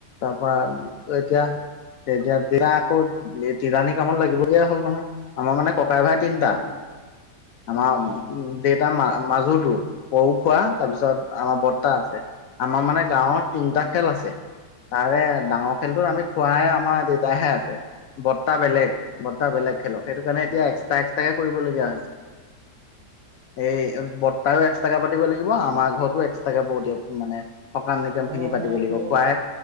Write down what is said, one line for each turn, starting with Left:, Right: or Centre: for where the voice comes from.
Left: ভৰাম এতিয়া তেতিয়া দিয়া আকৌ তিৰাণী কামত লাগিব লগীয়া হ'ল নহয়, আমাৰ মানে ককাই ভাই তিনিটা
Right: অ
Left: আমাৰ উ
Right: অ অ
Left: দে- টা মা মাজুৰ পৰখোৱা তাৰপিছত আমাৰ বৰ্তা আছে। আমাৰ মানে গাঁৱত তিনটা
Right: অ
Left: খেল আছে তাৰে ডাঙৰ খেলটো আমি খোৱাইে আমাৰ তা হে আছে বৰ্তা বেলেগ বৰ্তা বেলেগ খেলক সেইটো কাৰণে এতিয়া
Right: অ অ অ
Left: এক্সটা এক্সটা তাকে কৰিবলগীয়া হৈছে এই বত- তাইও এট্ৰাকে পাতিব লাগিব আমাৰ ঘৰতো এক্সট্ৰাকে ব দিয়ব মানে সকাম নিকাম
Right: অ
Left: খিনি
Right: মানেটো
Left: পাতিব লাগিব খুৱাই